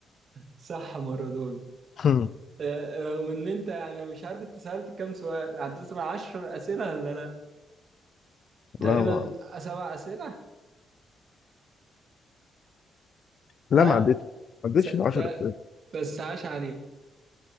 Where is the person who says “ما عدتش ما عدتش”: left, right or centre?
Left